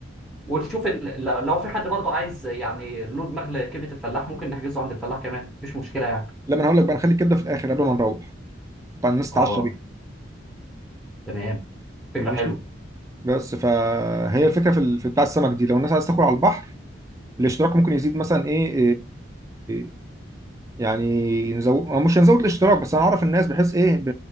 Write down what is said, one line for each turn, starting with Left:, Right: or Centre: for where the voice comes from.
Centre: ونشوف ال... لو لو في حد برضه عايز يعني له دماغ لكبده الفلاح ممكن نحجزه عند الفلاح كمان مفيش مشكله يعني
Right: لما انا هقول لك بقى نخلي الكبده في الاخر قبل ما نروح طبعا الناس تتعشى
Centre: اه
Right: بيها
Centre: تمام فكره
Right: ماشي
Centre: حلوه
Right: بس فهي الفكره في ال- في بتاع السمك دي لو الناس عايزه تاكل على البحر الاشتراك ممكن يزيد مثلا ايه, آه، يعني نزود أو مش هنزود الاشتراك بس هنعرف الناس بحيث ايه ب...